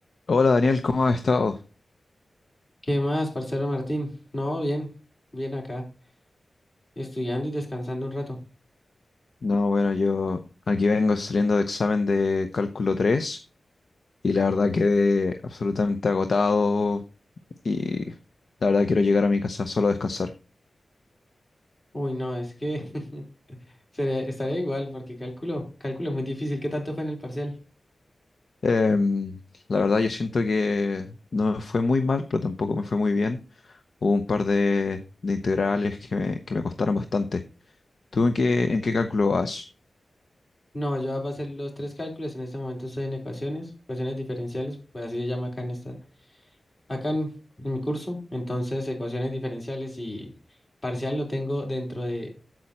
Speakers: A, on the left; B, on the left.
A: Hola Daniel, ¿cómo has estado?
B: ¿Qué más, parcero Martín? No, bien, bien acá, estudiando y descansando un rato.
A: No, bueno, yo aquí vengo saliendo de examen de cálculo 3 y la verdad quedé absolutamente agotado y la verdad quiero llegar a mi casa solo a descansar.
B: Uy, no, es que <laughs> sería, estaría igual porque cálculo, cálculo es muy difícil. ¿Qué tanto fue en el parcial?
A: Em, la verdad yo siento que no me fue muy mal, pero tampoco me fue muy bien. Hubo un par de, de integrales que me, que me costaron bastante. ¿Tú en qué, en qué cálculo vas?
B: No, yo voy a hacer los tres cálculos. En este momento estoy en ecuaciones, ecuaciones diferenciales, pues así se llama acá en esta, acá en, en mi curso. Entonces, ecuaciones diferenciales y parcial lo tengo dentro de